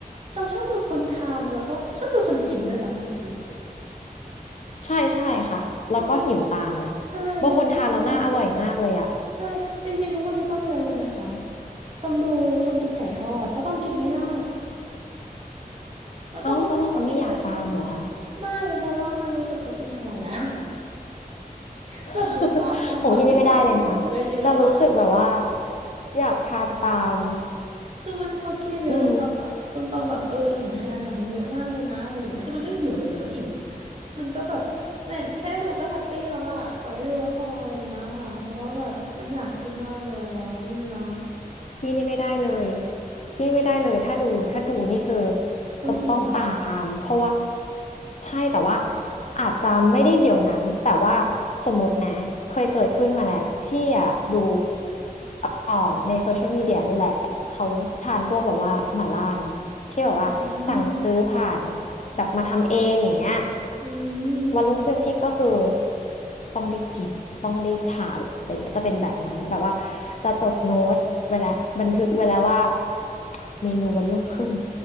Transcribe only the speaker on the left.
ใช่ใช่ค่ะแล้วก็หิวตามนะ
บางคนทานแล้วหน้าอร่อยมากเลยอะ
เอ้าแล้วเราจะไม่อยากตามเหรอคะ
<laughs> ของพี่ <laughs> นี่ไม่ได้เลยนะจะรู้สึกแบบว่าอยากทานตาม
อืม
พี่นี่ไม่ได้เลยพี่ไม่ได้เลยถ้าดูถ้าดูนี่คือ
จะต้องตามเพราะว่าใช่แต่ว่าอาจจะไม่ได้เดี๋ยวนั้นแต่ว่าสมมตินะเคยเกิดขึ้นมาแหละพี่อะดูเอ่อในโซเชียลมีเดียนี่แหละเขาทานพวกแบบว่าหม่าล่าเนาะที่แบบว่าสั่งซื้อผ่าน
แบบมาทำเองอย่างเงี้ย
วันรุ่งขึ้นพี่ก็คือต้องได้กิน ขาดอะไรเงี้ยจะเป็นแบบนั้นแบบว่าจะจดโน้ตไว้แล้วบันทึกไว้แล้วว่าเมนูวันรุ่งขึ้น